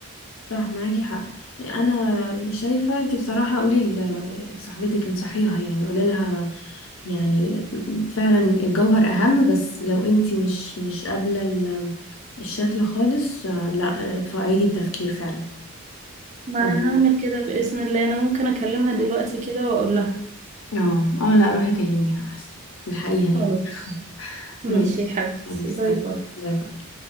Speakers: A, on the left; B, on the right.
A: صح معاكي حق انا شايفه انت بصراحه قولي ل- لصاحبتك انصحيها يعني قولي لها يعني فعلا الجوهر اهم بس لو انت مش مش قابله ال- الشكل خالص آه، لا آه، فعيدي التفكير فعلا
B: ما
A: قبل
B: انا هعمل كده باذن الله انا ممكن اكلمها دلوقتي كده واقول لها
A: اه اه لا روحي كلميها احسن الحقيقه
B: خلاص
A: يعني
B: ماشي
A: ماشي
B: يا حبيبتي
A: انا استفدت
B: باي باي